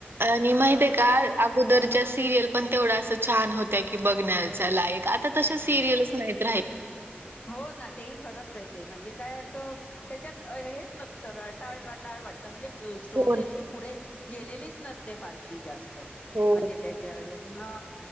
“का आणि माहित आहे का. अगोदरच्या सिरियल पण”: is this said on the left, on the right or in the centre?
Right